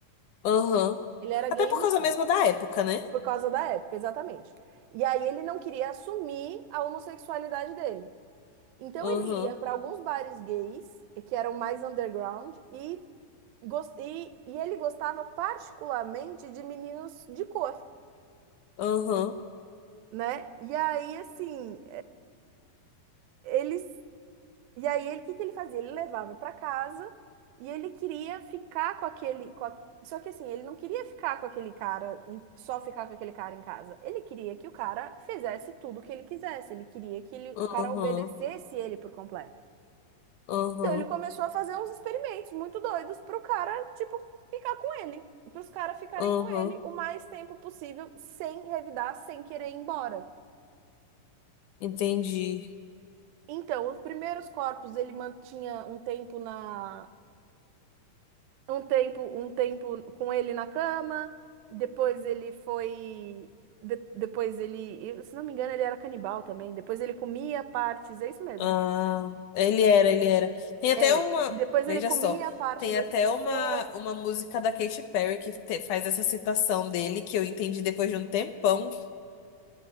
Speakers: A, on the left; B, on the right.
A: Aham.
B: Ele era
A: Até
B: gay
A: por
B: enrustido.
A: causa mesmo da época, né?
B: Por causa da época, exatamente. E aí ele não queria assumir a homossexualidade dele. Então
A: Aham,
B: ele ia para alguns bares gays, que eram mais underground, e, gos- e, e ele gostava particularmente de meninos de cor,
A: aham,
B: né? E aí, assim, <laughs> eles E aí ele, o que que ele fazia? Ele levava para casa e ele queria ficar com aquele, com a- Só que assim, ele não queria ficar com aquele cara, em- só ficar com aquele cara em casa. Ele queria que o cara fizesse tudo o que ele quisesse. Ele queria que ele- o
A: aham,
B: cara obedecesse ele por completo.
A: aham,
B: Então ele começou a fazer uns experimentos muito doidos pro cara, tipo, ficar com ele, pros caras ficarem
A: aham.
B: com ele o mais tempo possível, sem revidar, sem querer ir embora.
A: Entendi.
B: Então, os primeiros corpos ele mantinha um tempo na um tempo, um tempo com ele na cama, depois ele foi, de- depois ele, eu- se não me engano, ele era canibal também. Depois ele comia partes, é isso mesmo.
A: Ah, ele era, ele era. Tem até
B: É,
A: uma,
B: depois
A: veja
B: ele comia
A: só,
B: a parte
A: tem
B: dessas
A: até
B: pessoas.
A: uma, uma música da Katy Perry que te- faz essa citação dele, que eu entendi depois de um tempão,